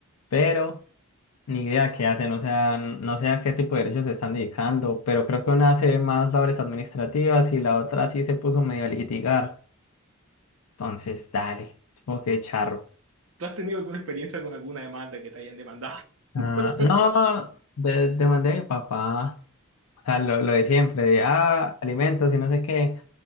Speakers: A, on the left; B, on the right.
A: pero... Ni idea qué hacen, o sea, n- no sé a qué tipo de derechos se están dedicando, pero creo que una hace más labores administrativas y la otra sí se puso medio a litigar. Entonces, dale, supongo que charro.
B: ¿Tú has tenido alguna experiencia con alguna demanda que te hayan demandado?
A: Ah,
B: <laughs>
A: no, de- demandé a mi papá, o sea, lo, lo de siempre, de ah, alimentos y no sé qué.